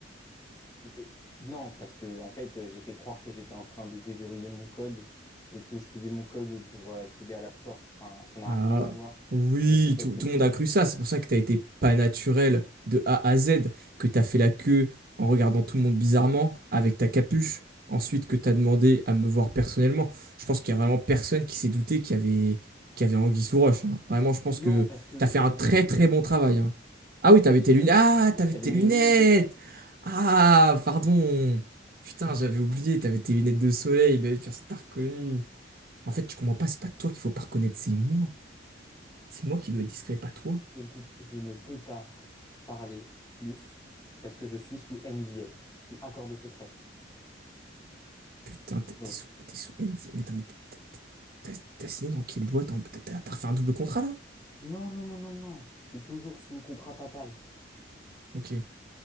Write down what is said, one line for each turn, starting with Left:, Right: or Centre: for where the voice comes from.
Left: Et- Non, parce que en fait, euh, j'ai fait croire que j'étais en train de déverrouiller mon code et que je faisais mon code pour euh, accéder à l'App Store. Enfin, ça n'a
Right: Ah,
Left: rien à voir
Right: oui,
Left: avec le code.
Right: tout,
Left: source.
Right: tout le monde a cru ça. C'est pour ça que t'as été pas naturel de A à Z, que t'as fait la queue en regardant tout le monde bizarrement avec ta capuche. Ensuite, que t'as demandé à me voir personnellement. Je pense qu'il y a vraiment personne qui s'est douté qu'il y avait, qu'il y avait anguille sous roche. hein. Vraiment, je pense
Left: Non,
Right: que
Left: parce que
Right: t'as fait
Left: j'avais
Right: un très
Left: mes lunettes.
Right: très bon travail. hein. Ah oui, t'avais
Left: J'avais,
Right: tes lunettes. Ah,
Left: oui,
Right: t'avais
Left: j'avais
Right: tes
Left: mes
Right: lunettes.
Left: lunettes de.
Right: Ah, pardon. Putain, j'avais oublié, t'avais tes lunettes de soleil. Mais personne t'a reconnu. En fait, tu comprends pas, c'est pas toi qu'il faut pas reconnaître, c'est moi. C'est moi qui dois être discret, pas toi.
Left: Écoute, je ne peux pas parler plus parce que je suis sous NDA, sous accord de secret.
Right: Putain, t'es
Left: Donc,
Right: t'es sous, t'es sous NDA. Mais attends, mais t'as t'as signé dans quelle boîte? en- T'as t'as- t'as refait un double contrat là?
Left: non, non, non, non, non. Je suis toujours sous contrat papal.
Right: Ok,